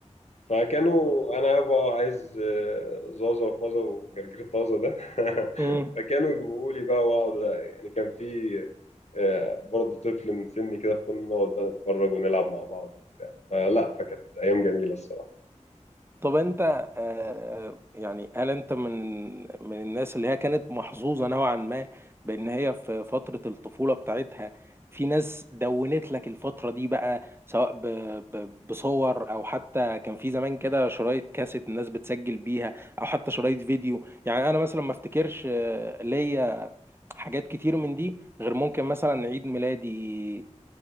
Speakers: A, on the left; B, on the right.
A: فكانوا انا يابا عايز آه، زازا وفازا وجرجير طازه ده <laughs>
B: مم.
A: فكانوا يجيبوا لي بقى واقعد يعني كان في آه، برضه طفل من سني كده فكنا نقعد بقى نتفرج ونلعب مع بعض فلا فكانت ايام جميله الصراحه
B: طب انت آه يعني هل انت من من الناس اللي هي كانت محظوظة نوعا ما بان هي في فترة الطفولة بتاعتها في ناس دونت لك الفترة دي بقى سواء ب ب بصور او حتى كان في زمان كده شرايط كاسيت الناس بتسجل بيها او حتى شرايط فيديو يعني انا مثلا ما افتكرش آه، ليا حاجات كتير من دي غير ممكن مثلا عيد ميلادي